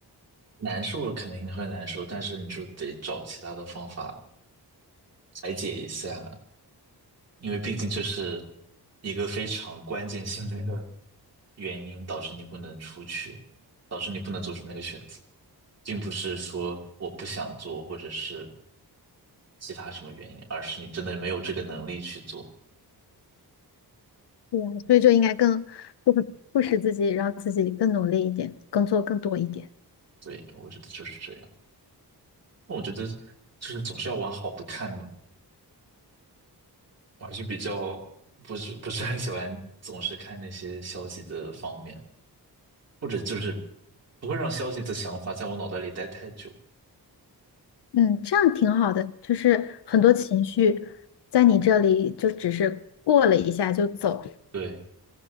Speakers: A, on the right; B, on the left.
A: 难受肯定会难受，但是你就得找其他的方法排解一下。因为毕竟这是一个非常关键性的原因，导致你不能出去，导致你不能做出那个选择，并不是说我不想做，或者是其他什么原因，而是你真的没有这个能力去做。
B: 对啊，所以就应该更不不使自己，让自己更努力一点，工作更多一点。
A: 对，我觉得就是这样。那我觉得就是总是要往好的看吧，我还是比较不是不是很喜欢总是看那些消极的方面，或者就是不会让消极的想法在我脑袋里待太久。
B: 嗯，这样挺好的。就是很多情绪在你这里就只是过了一下就走，
A: 对。